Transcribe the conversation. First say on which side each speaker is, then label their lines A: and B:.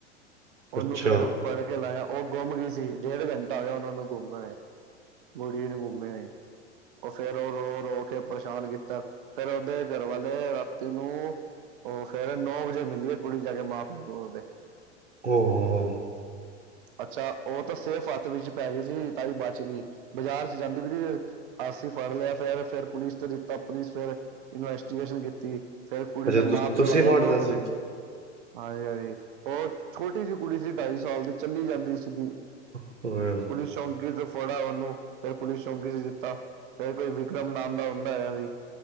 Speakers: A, on the right; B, on the right.
A: ਉਹਨੂੰ
B: ਅੱਛਾ
A: ਫੇਰ ਫੜ ਕੇ ਲਾਇਆ ਉਹ ਗੁੰਮ ਗਈ ਸੀ। ਡੇਢ ਘੰਟਾ ਹੋ ਗਿਆ ਉਹਨਾ ਨੂੰ ਗੁੰਮ ਹੋਏ। ਬੜੀ ਦੇਰ ਘੁੰਮੇ। ਉਹ ਫੇਰ ਉਹ ਰੋ ਰੋ ਕੇ ਪਰੇਸ਼ਾਨ ਕੀਤਾ ਫੇਰ ਉਹਦੇ ਘਰਵਾਲੇ ਰਾਤੀ ਨੂੰ। ਉਹ ਫੇਰ ਨੌ ਵਜੇ ਮਿਲੀਏ ਕੁੜੀ ਜਾ ਕੇ ਮਾਂ ਪਿਓ ਬੋਲਦੇ।
B: ਉਹ ਹੋ।
A: ਅੱਛਾ ਉਹ ਤਾਂ ਸੇਫ ਹੱਥ ਵਿੱਚ ਪੈ ਗਈ ਸੀ। ਤਾਂ ਹੀ ਬਚ ਗਈ ਬਾਜ਼ਾਰ 'ਚ ਜਾਂਦੀ ਵੀ। ਅਸੀ ਫੜ ਲਿਆ ਫਿਰ ਫਿਰ ਪੁਲਿਸ ਤੋਂ ਦਿੱਤਾ ਪੁਲਿਸ ਫਿਰ ਇਨਵੈਸਟੀਗੇਸ਼ਨ ਕੀਤੀ। ਫਿਰ ਕੁੜੀ
B: ਅੱਛਾ
A: ਦੇ ਮਾਂ
B: ਤੁਸੀਂ
A: ਪਿਓ ਆਏ
B: ਫੜ
A: ਨੌ
B: ਲਿਆ ਸੀ
A: ਵਜੇ। ਹਾਂਜੀ ਹਾਂਜੀ ਉਹ ਛੋਟੀ ਜਿਹੀ ਕੁੜੀ ਸੀ। ਢਾਈ ਸਾਲ ਦੀ ਚੱਲੀ ਜਾਂਦੀ ਸੀਗੀ।
B: ਹੂੰ ਓਏ ਹੋਏ।
A: ਪੁਲਿਸ ਸ਼ੌਕੀ ਤੋਂ ਫੜਾ ਉਹਨੂੰ ਫਿਰ ਪੁਲਿਸ ਸ਼ੌਂਕੀ 'ਚ ਦਿੱਤਾ। ਚਾਹੇ ਕੋਈ ਵਿਕਰਮ ਨਾਮ ਦਾ ਬੰਦਾ ਆਇਆ ਕੋਈ।